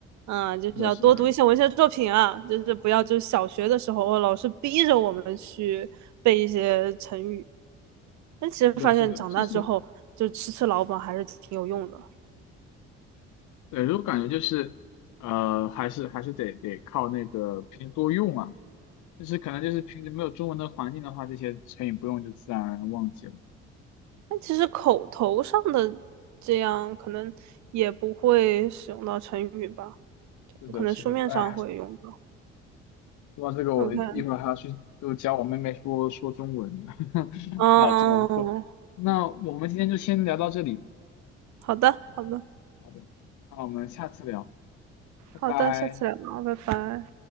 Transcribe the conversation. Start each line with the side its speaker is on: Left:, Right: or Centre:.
Right: 嗯，就是要多读一些文学作品啊，
Left: 是的，是的，
Right: 就是不要就小学的时候老师逼着我们去背一些成语。但其实发现长大之后，
Left: 是的，是的，就是
Right: 就吃吃老本还是挺有用的。
Left: 对，我感觉就是呃，还是还是得得靠那个平时多用啊。就是可能就是平时没有中文的环境的话，这些成语不用就自然而然忘记了。
Right: 但其实口头上的这样可能也不会使用到成语吧，
Left: 是的，
Right: 可能书面上会用到。
Left: 是的，哎，说到这个，我一会儿还要去就教我妹妹说说中文，
Right: OK，
Left: <laughs>
Right: 嗯，
Left: 还有中文课。那我们今天就先聊到这里，
Right: 好的，好的，
Left: 好的，那我们下次聊，拜拜。
Right: 好的，下次聊，拜拜。